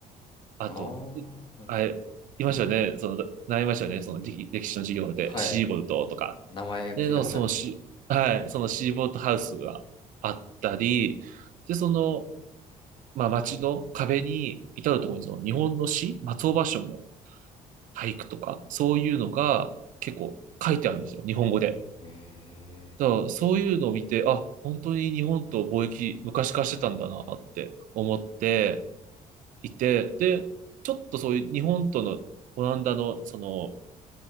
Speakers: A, on the right; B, on the left.
A: あと、
B: あー、
A: うあれ、
B: はい。
A: いましたよね。その、習いましたよね。その、歴歴史の授業で、
B: はい。
A: シーボルトとか。
B: 名前聞いたことあります。
A: で、のそのシー、はい、そのシーボートハウスがあったり、で、その、まあ、街の壁に至るところにその日本の詩、松尾芭蕉も俳句とか、そういうのが結構書いてあるんですよ、日本語で。
B: え
A: だからそういうのを見て、あ、本当に日本と貿易昔からしてたんだなって思っていて、で、ちょっとそういう日本とのオランダのその